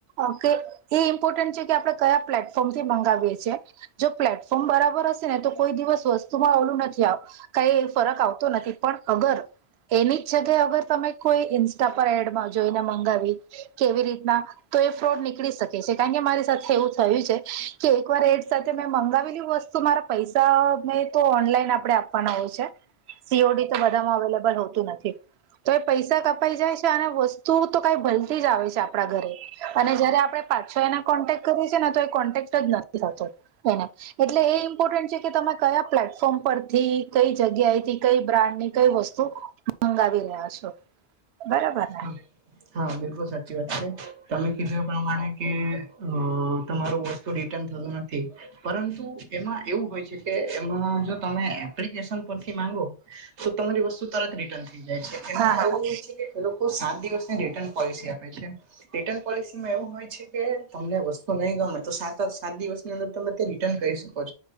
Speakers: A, on the right; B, on the right.
A: ઓકે એ ઇમ્પોર્ટન્ટ છે કે આપણે કયા પ્લેટફોર્મથી મંગાવી એ છીયે જો પ્લેટફોર્મ બરાબર હશે ને તો કોઈ દિવસ વસ્તુમાં ઓલું નથી આવતુ કઈ ફરક આવતો નથી પણ અગર એની જ જગ્યાએ અગર તમે કોઈ ઇન્સ્ટા પર એડમા જોઈને મંગાવી કેવી રીતના તો એ ફ્રોડ નીકળી શકે છે કારણ કે મારી સાથે એવું થયું છે. કે એક વાર એડ સાથે મેં મંગાવેલી વસ્તુ મારા પૈસા મેં તો ઓનલાઈન આપડે આપવાના હોય છે. સીઓડીતો બધામાં અવેલેબલ હોતું નથી. તો એ પૈસા કપાઈ જાય છે અને વસ્તુ તો કઈ ભલતી જ આવે છે આપણા ઘરે. અને જયારે આપણે પાછો એના કોન્ટેક કરીએ છીએ ને તો એ કોન્ટેક્ટ જ નથી થતો એને એટલે એ ઇમ્પોર્ટન્ટ છે કે તમે કયા પ્લેટફોર્મ પરથી કઈ જગ્યાએથી કઈ બ્રાન્ડ ની કઈ વસ્તુ મંગાવી રહ્યા છો બરોબર ને.
B: છે હા બિલકુલ સાચી વાત છે તમે કીધું એ પ્રમાણે કે અહ તમારું વસ્તુ રિટર્ન થયું નથી પરંતુ એમાં એવું હોય છે કે એમાં જો તમે એપ્લિકેશન પરથી માંગો તો તમારી વસ્તુ તરત રિટર્ન જાય છે એમાં
A: હા હા
B: એવું હોય છે કે એ લોકો સાત દિવસની રિટર્ન પોલિસી આપે છે. રિટર્ન પોલિસી માં એવું હોય છે કે તમને વસ્તુ નહી ગમે તો સાત સાત દિવસની અંદર તમે તે રિટર્ન કરી શકો